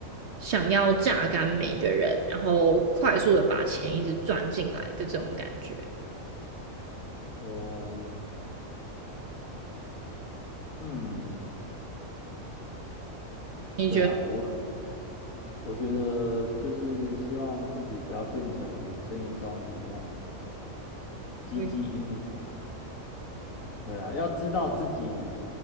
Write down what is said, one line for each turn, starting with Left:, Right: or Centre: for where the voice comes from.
Right: 想要榨干每个人，然后快速的把钱一直赚进来的这种感觉。
Left: 我嗯，对啊，
Right: 你觉得？
Left: 我。我觉得就是希望自己不要变成身影少女这样唧唧嘤影，
Right: 嗯
Left: 的，对啊，要知道自己